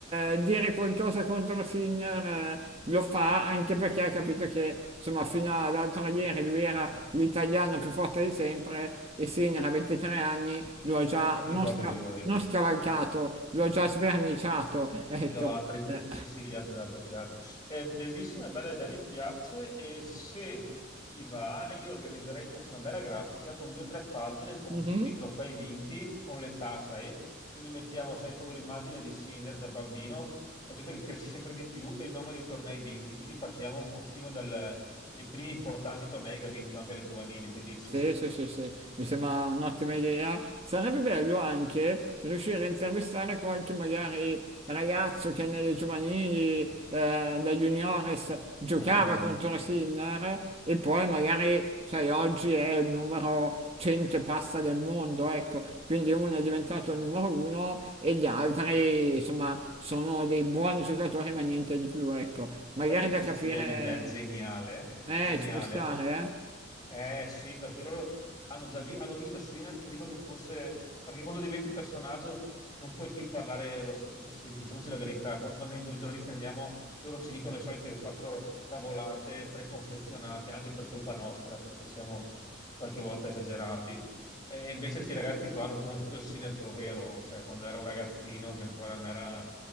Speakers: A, on the right; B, on the left.
A: eh, dire qualcosa contro Sinner eh, lo fa anche perché ha capito che insomma fino all'altro ieri lui era l'italiano più forte di sempre e Sinner a 23 anni lo ha già
B: È più
A: non,
B: forte
A: sca-
B: di lui.
A: non scavalcato, lo ha già sverniciato, ecco.
B: Lo ha tripl-
A: Eh,
B: sì, sì, gli altri l'ha doppiato. È bellissima, bella idea, mi piace. E se ti va, io organizzerei, faccio una bella grafica con due o tre pagine con
A: mhm.
B: tutti i trofei vinti, con l'età, sai? Quindi mettiamo, sai, proprio l'immagine di Sinner da bambino, poi sempre che cresci sempre di più, e il nome dei tornei vinti. Quindi partiamo un pochino dal, dai primi importanti tornei che ha vinto anche le giovanili, che dici?
A: Sì, sì, sì, sì, mi sembra un'ottima idea. Sarebbe bello anche riuscire a intervistare qualche magari ragazzo che nelle giovanili, eh, da juniores,
B: Mm.
A: giocava contro la Sinner e poi magari, sai, oggi è il numero 100 e passa del mondo, ecco, quindi uno è diventato il numero uno e gli altri, insomma, sono dei buoni giocatori ma niente di più, ecco.
B: Sai
A: Magari
B: che
A: da
B: questa
A: capire,
B: qui è un'idea geniale,
A: eh,
B: geniale?
A: ci può stare, eh?
B: Eh sì, perché loro hanno già vi- hanno visto Sinan prima che fosse, perché quando diventi personaggio non puoi più parlare, lo st- se- diciamoci la verità, quando noi, noi giornalisti andiamo, loro ci dicono le solite quattro cavolate preconfezionate, anche per colpa nostra, perché siamo qualche volta esagerati. E invece sti ragazzi qua hanno conosciuto il sì nel puro vero, cioè quando era un ragazzino che ancora non era